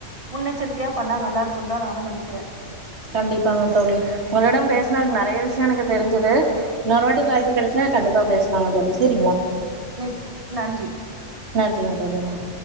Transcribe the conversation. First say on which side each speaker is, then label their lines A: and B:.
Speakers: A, on the right (about 25°); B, on the right (about 60°).
A: முன்னெச்சரிக்கியா பண்ணா நல்லா இருக்குன் தா நானு நெனைக்கிறே
B: கண்டிப்பாங்க தோழி உங்களிடம் பேஸ்னது நெறைய விஷ்யோ எனக்கு தெரி்ஞ்சது இன்னொரு வாட்டி வாய்ப்பு கெடச்சா கண்டிப்பா பேஸ்லாங்க தோழி செரிங்களா
A: நி நன்றி
B: நன்றிங்க தோழி நன்